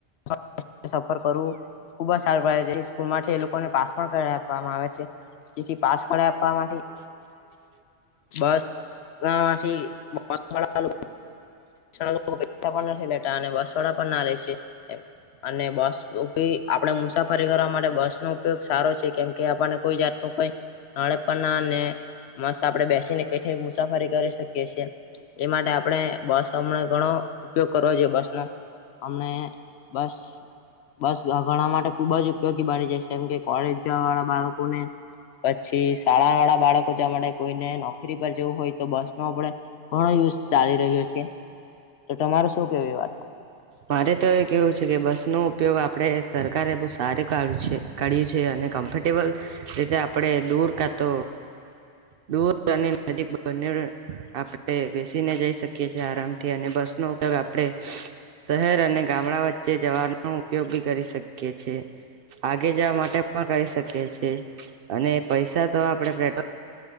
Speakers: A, on the left; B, on the right.
A: <inaudible> સફર કરું ખુબ જ સારું પડે છે જે સ્કૂલ એ લોકોને પાસ પણ કરાઈ આપવામાં આવે છે જેથી પાસ કરય આપવા માટે
B: <unintelligible>
A: બસ તથી. <unintelligible> લોકો બે <unintelligible> નથી લેતા અને બસ વાળા પણ ના રહેે છે. અને બસ ઉપ <unintelligible> આપણે મુસાફરી કરવા માટે બસ નો ઉપયોગ સારો છે કેમ કે આપણને કોઈ જાત નાને પણાને મસ્ત આપડે બેસીને કઈ થઈ મુસાફરી કરી શકીએ છીએ માટે આપણે બસ ઘણો ઉપયોગ કરવો જોઈએ બસ નો હમને બસ બસ ઘણા માટે ખુબ જ ઉપયોગી બની જશેએમ કે કોલેજ જવા વાળા બાળકોને પછી શાળા વાળા બાળકો જવા માટે કોઈને નોકરી પર જવું હોય તો બસ નો આપડે ઘણો યુઝ ચાલી રહ્યો છે. તો તમારું શું કેવું એ વાતમાં?
B: મારે તો એ કેવું છે કે બસ નો ઉપયોગ આપ આપણેે સરકારે બો સારું કાય છે, ક છે, અને કમ્ફર્ટેબલ રીતે આપણે દૂર કાતો દૂર અને નજીક બનેવ આપ ણે બેસીને જઈ શકીએ છે, આરામથી અને બસનો ઉપયોગ આપણે શહેર અને ગામડા વચ્ચે જવાનો ઉપયોગ બી કરી શકીએ છે. આગે જવા માટે પણ કરી શકીએ અને પૈસા તો આપણે પેટ્રો